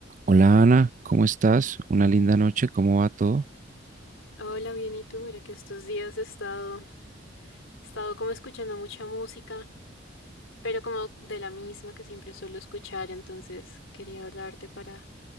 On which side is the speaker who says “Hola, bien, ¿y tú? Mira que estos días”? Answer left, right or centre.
Left